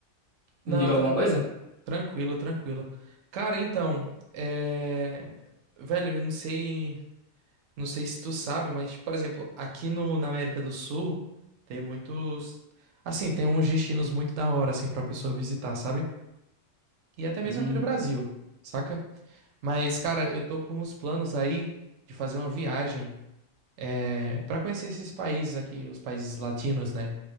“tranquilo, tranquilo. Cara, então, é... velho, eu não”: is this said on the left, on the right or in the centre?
Right